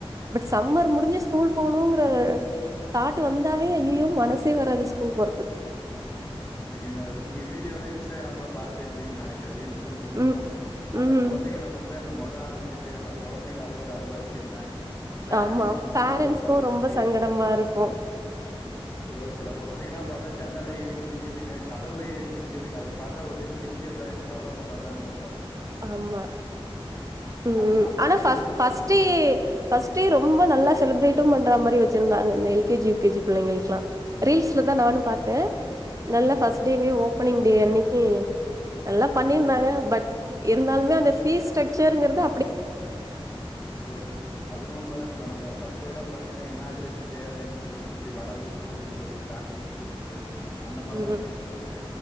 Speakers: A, on the right; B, on the left.
A: பட் சம்மர் முடிஞ்சு ஸ்கூல் போகணுங்ற தாட் வந்தாவே ஐய்யோ மனசே வராது ஸ்கூல் போற
B: நீங்க என்ன நீங்க விடிய வீடியோலாம் இன்ச் இஸ்டாகிராம்ல பாத்துருப்பீங்கன்னு நினக்கிற ரீல்ஸ் தா போட்டிருப்பாங்க
A: ம்
B: அந்த
A: ம்
B: கொழந்தக கொண்டு போய் அந்த மொ த நாள் விட்டுட்டு அந்த கொழந்தங்க அலுவுற அழுவாச்சு என்ன பேரண்ட்ஸ்
A: ஆம்மா
B: அம்மா
A: பேரண்ட்ஸ்கு
B: அழுவுற அழுவாச்சு
A: ரொம்ப சங்கடமா இருக்கு
B: சோ சில கொழந்தங்கல்லா பாத்தா ஜன்னல்ல ஏறி குதிக்குதுங்க கதவுள ஏறி குதிக்குதுங்க அத பாத்தா டைம் சிரிக்கறதா இல்ல கவலப்படுறதான்னு தெரியல
A: ஆமா ம்
B: அதை சமாளிக்கிறவங்க
A: ஆனா ஃபஸ் ஃபர்ஸ்டே
B: பாருங்க
A: ஃபர்ஸ்டே ரொம்ப நல்லா செலிப்ரேட் ம பண்ற மாரி வச்சிருந்தாங்க இந்த எல்கேஜி யூ கே ஜி பிள்ளங்களுக்கேல்லா ரீல்ஸ்ல தா நானு பாத்த நல்ல ஃப்ஸ்ட் டேவே ஓபனிங் டே அன்னக்கி நல்லா பண்ணிருந்தாங்க பட் இருந்தாலுமே அந்த ஃபீஸ் ஸ்ட்ரக்சர்ங்கிறது
B: அச்சோ அதுனு உண்மதா இப்ப நம்ம ஃபஸ்ட் டேலா பாத்தீங்கன்னா இன்னாகரேஷன் டே அப்டினு சொல்லி வச்சுகிட்டு வரவங்களுக்கு பூ கொடுக்குறது சாக்லேட் குடுக்றது அந்த மாரிலா
A: ம்
B: பண்ணிட்டு இருந்தாங்க